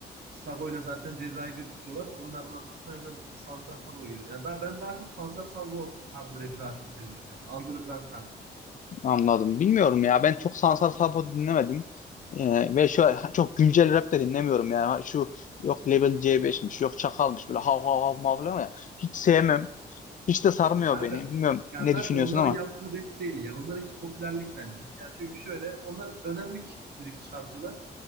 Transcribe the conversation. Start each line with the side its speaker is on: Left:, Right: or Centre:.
Right: Sago'yla zaten cezayı bir tutuyorlar. Onların arkasına hemen Sansar Salvo geliyor. Yani daha, ben daha çok Sansar Salvo tarzı rap'i daha çok seviyorum yani. Underground tarzı.
Left: Anladım. Bilmiyorum ya. Ben çok sanatsal rap dinlemedim. Ee, ve şu çok güncel rap de dinlemiyorum yani. Şu yok Level C5'miş, yok Çakal'mış böyle hav hav hav mav falan ya. Hiç sevmem. Hiç de sarmıyor
Right: Zaten
Left: beni. Bilmiyorum
Right: ya
Left: ne
Right: zaten
Left: düşünüyorsun
Right: onların
Left: ama.
Right: yaptığı rap değil ya. Onlarınki popülerlik bence. Yani çünkü şöyle onlar dönemlik müzik çıkartıyorlar.